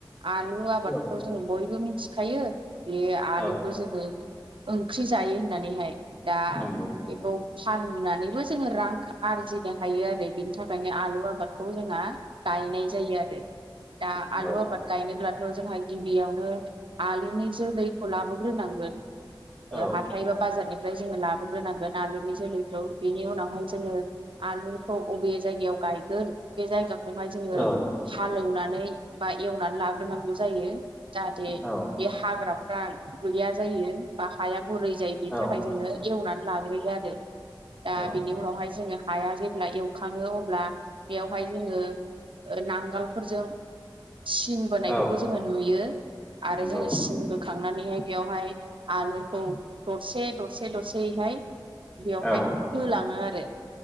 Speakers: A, on the right; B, on the left.
A: आलु आबादखौ
B: औ
A: जों बयबो मिथ खायो बे आलुखौ
B: औ
A: जोङो ओंख्रि जायो होननानैहाय दा
B: नंगौ
A: बेखौ फाननानैबो जोङो रां आरजिनो हायो आरो बिनि थाखायनो आलु आबादखौ जोंहा, गा गायनाय जायो आरो दा
B: नंगौ
A: आलु आबाद गायनोब्लाथ' जोंहा गिबियाव नो आलुनि जोलैखौ लाबोग्रोनांगोन
B: औ
A: हाथाइबा बाजारनि फ्राय जोङो लाबोग्रोनां आलुनि जोलैखौ बिनि उनावहाय जोङो आलुखौ अबे जायगायाव गायगोन बे जायगायाव हाय जोङो
B: औ
A: हालेवनानै बा एवनानै ला ग्रो नांगौ जायो जाहाथे
B: औ
A: बे हाग्राफ्रा गैया जायो। बा हाया गुरै जायो बेनि
B: औ
A: थाखाय जोङो एवनानै लाग्रोयो आरो दा
B: औ
A: बेनि उनावहाय जोङो। हाया जेब्ला एवखाङो अब्ला बेयावहाय जोङो। नांगोलफोरजों, सिन बोनायफोरखौ
B: औ
A: जोङो नुयो आरो
B: नंगौ
A: जोङो सिनबो, बोखांनानैहाय बेवहाय आलुखौ दरसे दरसे दरसे बेवहाय
B: औ
A: होलाङो आरो